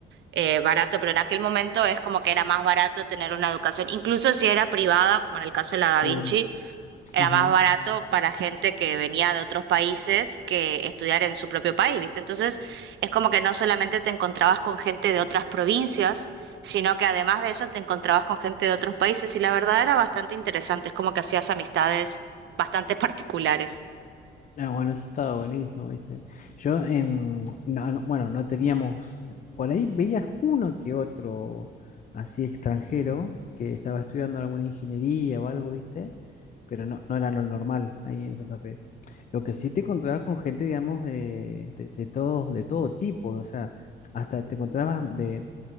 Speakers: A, on the right; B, on the left.
A: eh, barato, pero en aquel momento es como que era más barato tener una educación, incluso si era privada, como en el caso de la Da
B: sí,
A: Vinci era
B: Ajá.
A: más barato para gente que venía de otros países que estudiar en su propio país, ¿viste? Entonces, es como que no solamente te encontrabas con gente de otras provincias, sino que además de eso te encontrabas con gente de otros países y la verdad era bastante interesante, es como que hacías amistades bastante <laughs> particulares.
B: Ah, bueno, eso estaba buenísimo, ¿viste? Yo en, no, no, bueno, no teníamos, por ahí veías uno que otro así extranjero que estaba estudiando alguna ingeniería o algo, ¿viste? Pero no, no era lo normal ahí en Santa Fe. Lo que sí te encontrabas con gente, digamos, de, de, de todos, de todo tipo, o sea, hasta te encontrabas de,